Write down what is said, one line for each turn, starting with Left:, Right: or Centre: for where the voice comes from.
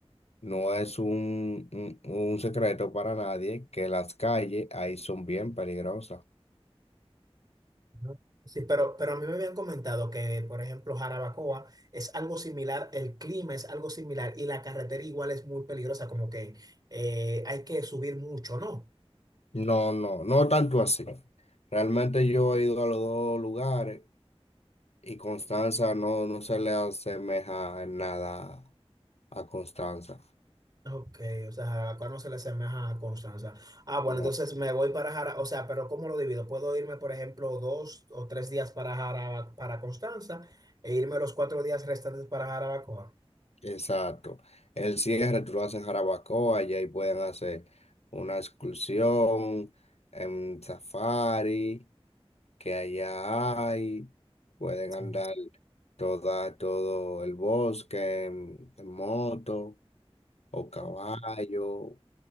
Left: no es un, un, un secreto para nadie que las calles ahí son bien peligrosas.
Right: Ajá. Sí, pero, pero a mí me habían comentado que, por ejemplo, Jarabacoa es algo similar, el clima es algo similar y la carretera igual es muy peligrosa, como que eh, hay que subir mucho, ¿no?
Left: No, no, no tanto así. Realmente yo he ido a los dos lugares. Y Constanza no, no se le asemeja en nada a Constanza.
Right: Ok, o sea, Jarabacoa no se le asemeja a Constanza. Ah, bueno,
Left: No.
Right: entonces me voy para Jarabacoa, o sea, pero ¿cómo lo divido? Puedo irme, por ejemplo, dos o tres días para Jaraba- para Constanza e irme los cuatro días restantes para Jarabacoa.
Left: Exacto. El cierre tú lo haces en Jarabacoa y ahí pueden hacer una excursión en safari que allá hay. Pueden
Right: Sí.
Left: andar toda, todo el bosque en, en moto o caballo,
Right: Ok.